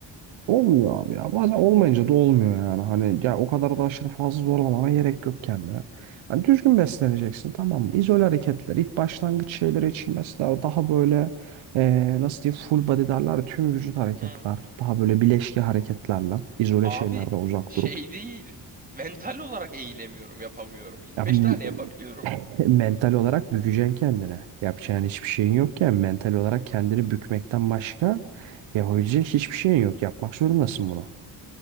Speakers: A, on the right; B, on the right.
A: Olmuyor abi ya. Bazen olmayınca da olmuyor yani. Hani ya o kadar da aşırı fazla zorlamana gerek yok kendine. Hani düzgün besleneceksin tamam mı? İzole hareketler ilk başlangıç şeyleri için mesela daha böyle eee, nasıl diyeyim full body derler ya, tüm vücut hareketler.
B: Hı.
A: Daha böyle bileşki hareketlerle izole
B: Abi
A: şeylerden uzak
B: şey
A: durup
B: değil. Mental olarak eğilemiyorum, yapamıyorum. 25
A: Ya, m-
B: tane yapabiliyorum.
A: <laughs> mental olarak bükeceksin kendine. Yapacağın hiçbir şeyin yokken mental olarak kendini bükmekten başka yapabileceğin hiçbir şeyin yok. Yapmak zorundasın bunu.